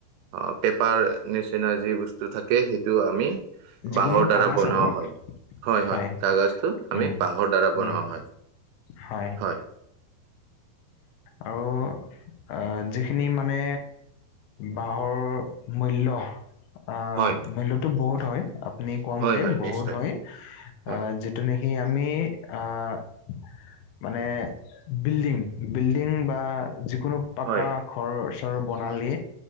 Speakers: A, on the right (about 80°); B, on the left (about 80°).
A: অ' পেপাঁৰ নিচিনা যি বস্তু থাকে সেইটো আমি
B: যিকোনো
A: বাঁহৰ দ্বাৰা
B: কাগজ
A: বনোৱা
B: আৰু
A: হয়-হয়-হয়।
B: হয়
A: কাগজটো আমি
B: উম
A: বাঁহৰ দ্বাৰা
B: উম
A: বনোৱা হয়-হয়।
B: হয় আৰু আহ যিখিনি মানে বাঁহৰ মূল্য আহ
A: হয়
B: মূল্যতো বহুত হয় আপুনি কোৱা
A: হয়
B: মতে
A: হয়
B: বহুত
A: নিশ্চয়
B: হয়
A: হয়
B: আহ যি তেনেকে আমি আহ মানে বিল্ডিং বিল্ডিং বা যিকোনো পাকা
A: হয়
B: ঘৰ চৰ বনালে